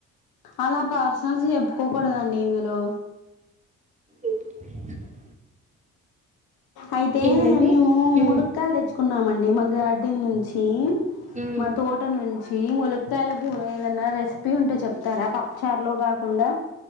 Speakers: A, on the left; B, on the right.
A: అలా పార్స్నల్స్ చెప్పుకోకూడద నీంద్లో
B: ఇం హ
A: అయితే
B: ఏంటండి
A: మేము
B: ఉమ్,
A: ముడక్కయలు తెచ్చుకున్నామండి మా గార్డ్డ నుంచి
B: ఉమ్.
A: మా తోట నుంచి ముల తలపూర ఏదన్నా రెసిపీ ఉంటే చెప్తారా పప్పుచార్లో కాకుండా